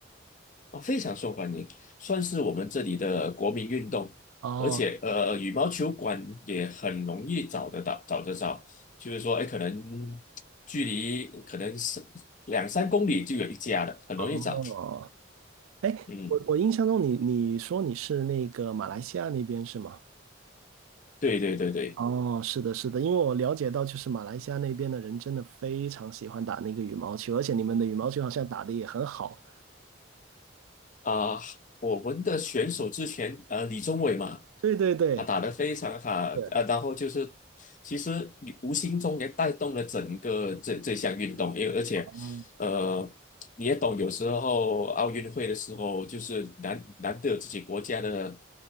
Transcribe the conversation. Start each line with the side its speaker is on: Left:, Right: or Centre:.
Left: 哦，非常受欢迎，算是我们这里的国民运动，
Right: 哦，
Left: 而且呃，羽毛球馆也很容易找得到，找得着，就是说，哎，可能距离可能是两三公里就有一家了，很容易找，
Right: 哦，哎，
Left: 嗯，
Right: 我我印象中你你说你是那个马来西亚那边是吗？
Left: 对对对对。
Right: 哦，是的，是的，因为我了解到就是马来西亚那边的人真的非常喜欢打那个羽毛球，而且你们的羽毛球好像打得也很好。
Left: 啊、我们的选手之前呃李宗伟嘛，
Right: 对对对，
Left: 他打得非常好，
Right: 对，
Left: 呃，然后就是其实你无形中也带动了整个这这项运动，因为而且呃你也懂，
Right: 哦，
Left: 有时候奥运会的时候就是难难得有自己国家的